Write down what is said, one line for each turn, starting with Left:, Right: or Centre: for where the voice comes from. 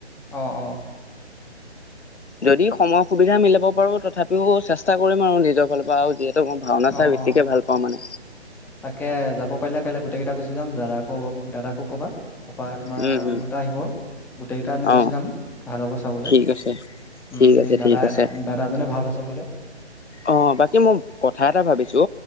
Centre: অ অ
Left: যদি সময় সুবিধা মিলাব পাৰো তথাপিও চেষ্টা কৰিম আৰু নিজৰ ফালৰ পৰা আৰু মই ভাওনা চাই
Centre: অ
Left: বেছিকে
Centre: অ
Left: ভাল পাওঁ মানে
Centre: তাকে যাব পাৰিলে কাইলৈ গোটেই কেইটা গুচি যাম দাদাকো দাদাকো ক'বা তাৰপৰা তোমাৰ
Left: উম
Centre: আৰু
Left: হম
Centre: দুটা আহিব গোটেই কেইটা আমি
Left: অ
Centre: গুচি যাম- ভাল হ'ব চাবলৈ
Left: ঠিক আছে
Centre: উম
Left: ঠিক আছে
Centre: এই দাদা
Left: ঠিক আছে
Centre: দাদাজনে ভাও লৈছে বোলে
Left: অ বাকী মই কথা এটা ভাবিছো